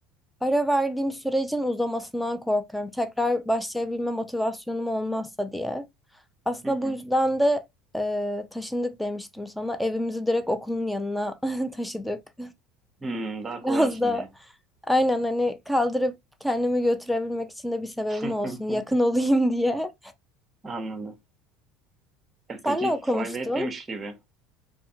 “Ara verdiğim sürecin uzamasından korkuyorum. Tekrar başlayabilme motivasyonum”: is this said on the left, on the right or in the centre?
Centre